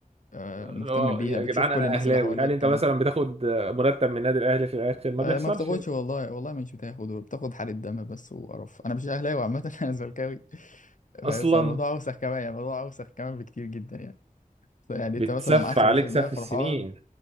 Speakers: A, on the left; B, on the right.
A: آه، مهتم
B: اللي هو
A: بيها
B: يا
A: بتشوف
B: جدعان
A: كل
B: انا
A: الناس
B: اهلاوي
A: اللي حواليك
B: هل انت
A: كده
B: مثلا بتاخد مرتب من النادي الاهلي في الاخر ما
A: آه،
B: بيحصلش
A: ما بتاخدش
B: يا اسطى.
A: والله والله مش بتاخد بتاخد حرق الدم بس وقرف أنا مش أهلاوي عامة <laughs> أنا زملكاوي فاهم؟
B: اصلا
A: فالموضوع أوسخ كمان يعني الموضوع أوسخ كمان بكتير جدا يعني يعني
B: بتسف
A: أنت مثلا 10%
B: عليك سف
A: فرحان
B: السنين